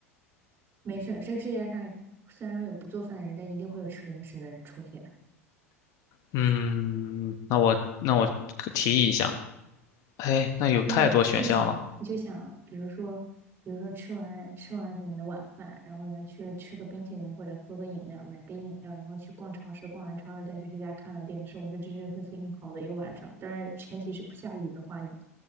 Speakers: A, on the right (about 30°); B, on the left (about 45°).
A: 没事这个世界上虽然有不做饭的人，但一定会有吃零食的人出现的。
B: 嗯，那我那我可提议一下，哎，那有太多选项了，
A: 对呀，你就想，你就想，比如说，比如说吃完吃完你们的晚饭，然后呢去吃个冰淇淋或者喝个饮料，买杯饮料，然后去逛超市，逛完超市再去谁家看个电视，我觉得这就是非常好的一个晚上。当然，前提是不下雨的话，你